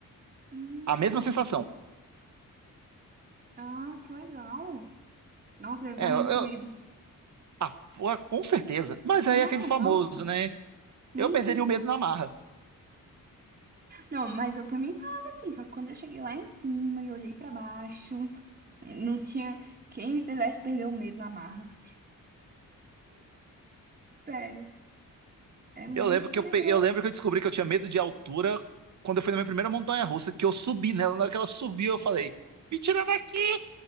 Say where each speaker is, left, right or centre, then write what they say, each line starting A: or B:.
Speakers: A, on the right; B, on the right.
A: Hum.
B: A mesma sensação.
A: Ah, que legal. Nossa, deve
B: É,
A: dar muito
B: eu, eu-
A: medo.
B: ah, pô, com certeza. Mas aí
A: É,
B: é aquele famoso,
A: nossa.
B: né?
A: Nem
B: Eu perderia
A: que.
B: o medo na marra.
A: Não, mas eu também falava assim, só que quando eu cheguei lá em cima e olhei pra baixo, não tinha quem me fizesse perder o medo na marra. Sério, é muito
B: Eu lembro
A: tenebroso.
B: que eu, pe- eu lembro que eu descobri que eu tinha medo de altura quando eu fui na minha primeira montanha-russa, que eu subi nela. Na hora que ela subiu, eu falei, me tira daqui!